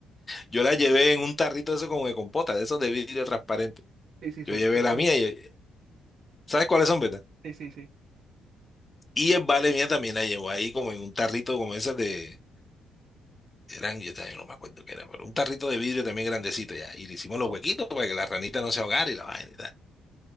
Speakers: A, on the left; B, on the right.
A: Yo la llevé en un tarrito de eso como de compota, de esos de vidrio transparente.
B: Sí, sí,
A: Yo
B: sé,
A: llevé
B: sé cuál
A: la mía,
B: es.
A: y, ¿sabes cuáles son, verdad?
B: Sí, sí, sí.
A: Y el vale mía también la llevó ahí como en un tarrito como ese de, Eran, yo también no me acuerdo qué era, pero un tarrito de vidrio también grandecito ya. Y le hicimos los
B: Oh,
A: huequitos para que la ranita no se ahogara y la vaina y tal.